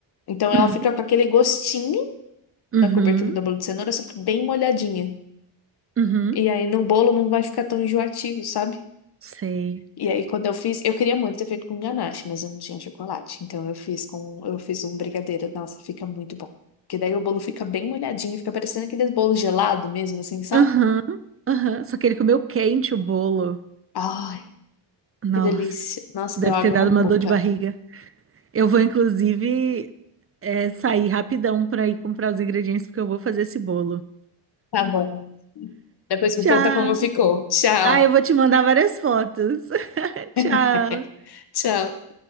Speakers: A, on the left; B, on the right.
A: Então ela
B: uhum,
A: fica com aquele gostinho
B: uhum,
A: da cobertura do bolo de cenoura, só que bem molhadinha.
B: uhum,
A: E aí no bolo não vai ficar tão enjoativo, sabe?
B: sei.
A: E aí, quando eu fiz, eu queria muito ter feito com ganache, mas eu não tinha chocolate. Então eu fiz com, eu fiz um brigadeiro. Nossa, fica muito bom. Porque daí o bolo fica bem molhadinho, fica parecendo aqueles bolos gelado mesmo, assim, sabe?
B: Aham, aham. Só que ele comeu quente o bolo.
A: Ai,
B: Nossa,
A: que delícia. Nossa,
B: deve
A: deu água
B: ter dado
A: na boca.
B: uma dor de barriga. Eu vou, inclusive, é, sair rapidão pra ir comprar os ingredientes, porque eu vou fazer esse bolo.
A: Tá bom. Depois me
B: Tchau!
A: conta como ficou. Tchau.
B: Ah, eu vou te mandar várias fotos. <laughs> Tchau!
A: <laughs> Tchau.